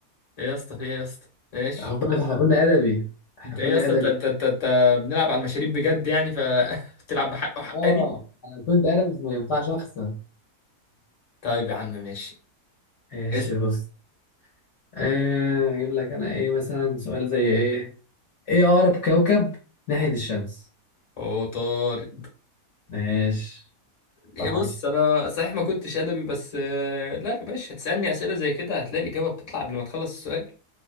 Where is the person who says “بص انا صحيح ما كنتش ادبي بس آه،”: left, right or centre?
Left